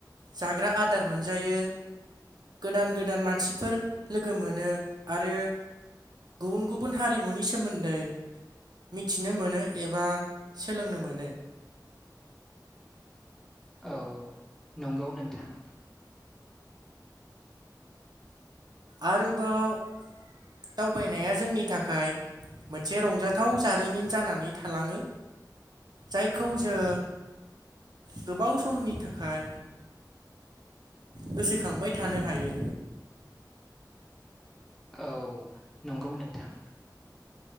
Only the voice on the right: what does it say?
जाग्रा आद दार मोनजायो गोदान गोदान मानसिफोर लोगो मोनो आरो गुबुन गुबुन हारिमुनि सोमोन्दै मिथिनो मोनो एबा सोलोंनो मोनो।
आरोबाव दावबायनाया जोंनि थाखाय मोनसे रंजाथाव जारिमिन जानानै थालाङो। जायखौ जों गोबाव समनि थाखाय गोसोखांबाय थानो हायो।